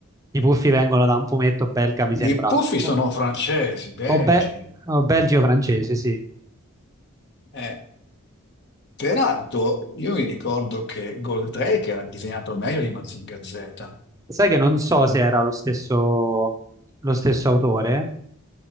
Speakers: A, on the right; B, on the left.
A: i Puffi vengono da un fumetto belga, mi sembra,
B: I puffi
A: o,
B: sono francesi, belgi.
A: o, be- o belgio francese, sì.
B: Eh, peraltro, io mi ricordo che Goldrake era disegnato meglio di Mazinga Z.
A: Sai che non so se era lo stesso, lo stesso autore,